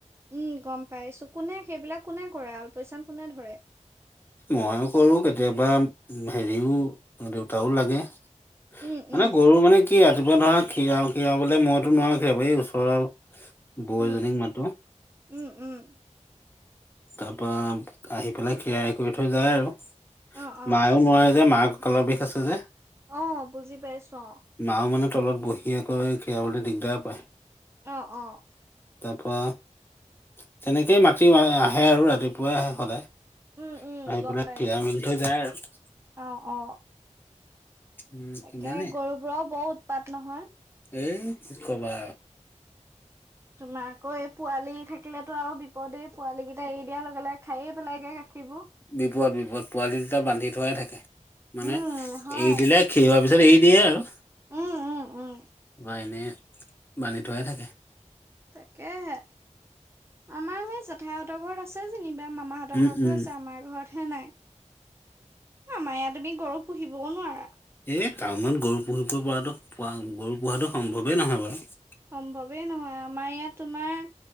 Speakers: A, on the right; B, on the left.
A: উম গম পাইছো। কোনে সেইবিলাক কোনে কৰে আলপাচন কোনে ধৰে।
B: মইয়ো কৰোঁ কেতিয়াবা সেৰিও দেউতাও লাগে। মানে
A: উম উম
B: গৰু মানে কি- মাতিব ধৰা কৰা খীৰাও খীৰাও বোলে মইতো নোৱাৰো খীৰাব। এই ওচৰৰ বৌ
A: উম
B: এজনীক মাতোঁ। <unintelligible>
A: উম উম
B: <inaudible> তাৰপা আহি পেলাই খিৰাই কৰি থৈ যায় আৰু
A: অ অ
B: মায়েও নোৱাৰে যে মাক- কঁকালৰ বিষ আছে যে।
A: অঁ বুজি পাইছো অঁ ।
B: মাও মানে তলত বহি আকৈ খীৰাবলৈ দিগদাৰ পায়। <unintelligible>
A: অঁ অঁ।
B: তাৰপা তেনেকেই মাতি আহে আৰু ৰাতিপুৱাই আহে সদায়।
A: উম উম
B: আহি
A: গম
B: পেলাই
A: পাইছো
B: খীৰাই মেলি থৈ যায় আৰু।
A: অ অ
B: উম
A: তাকে
B: ইমানেই
A: গৰুবোৰও বৰ উৎপাত নহয়।
B: এই কি ক'বা।
A: তোমাৰ আকৌ এই পোৱালি থাকিলেেতো আৰু বিপদেই পোৱালী কেইটা এৰি দিয়া লগে লগে খায়ে পেলাইগে। গাখীৰবোৰ
B: বিপদ বিপদ পোৱালি দুটা বান্ধি থোৱাই থাকে মানে
A: উম হয়
B: এ দিলে খি। তাৰ পিছত এৰি দিয়ে আৰু
A: উম উম উম
B: বা এনেই বান্ধি থোৱাই থাকে।
A: তাকেহে আমাৰ সেই জেঠাইহঁতৰ ঘৰত আছে যেনি। বা মামাহঁতৰ
B: উম
A: ঘৰতো
B: উম
A: আছে আমাৰ ঘৰত হে নাই আমা ইয়াত তুমি গৰু পুহিবও নোৱাৰা।
B: এই টাউনত গৰু পুহিব পৰা পোৱা গৰু পোহাতটো সম্ভৱেই নহয় বাৰু। <unintelligible>
A: সম্ভৱেই নহয় আমাৰ ইয়াত তোমাৰ